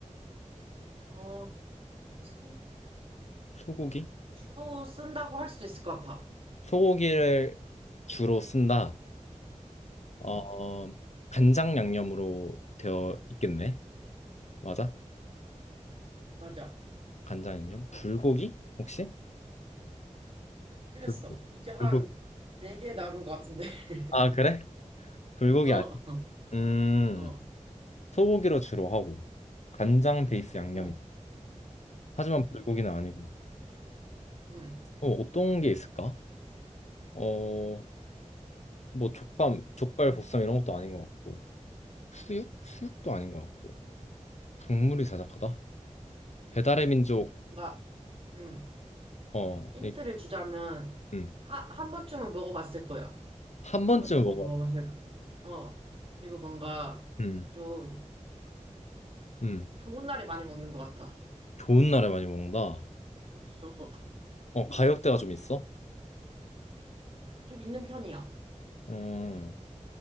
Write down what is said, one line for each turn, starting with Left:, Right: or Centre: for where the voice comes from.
Right: 어, 소-
Left: 소고기?
Right: 주로 쓴다고 할 수도 있을 것 같아.
Left: 소고기를 주로 쓴다.
Right: 응,
Left: 어, 간장 양념으로 되어 있겠네. 맞아?
Right: 맞아.
Left: 간장 양념? 불고기? 혹시?
Right: 틀렸어.
Left: 불고기.
Right: 이제 한
Left: 불고기.
Right: 네 개 남은 것 같은데. <laughs>
Left: 아, 그래? 불고기
Right: 어,
Left: 아니야. 음,
Right: 어,
Left: 소고기로 주로 하고, 간장 베이스 양념이다.
Right: 어,
Left: 하지만
Right: 응,
Left: 불고기는 아니고.
Right: 응.
Left: 어, 어떤 게 있을까? 어, 뭐 족밥,
Right: 음,
Left: 족발 보쌈 이런 것도 아닌 것 같고. 수육? 수육도 아닌 것 같고 국물이 자작하다? 배달의 민족
Right: 뭔가, 응.
Left: 어어
Right: 힌트를 주자면,
Left: 음.
Right: 한, 한 번쯤은 먹어봤을 거야.
Left: 한
Right: 한
Left: 번쯤
Right: 번쯤은
Left: 먹어
Right: 먹어봤을 거. 어. 그리고 뭔가
Left: 음,
Right: 좀
Left: 음.
Right: 좋은 날에 많이 먹는 것 같아.
Left: 좋은 날에 많이 먹는다
Right: <laughs>
Left: 어 가격대가 좀 있어?
Right: 좀 있는 편이야.
Left: 어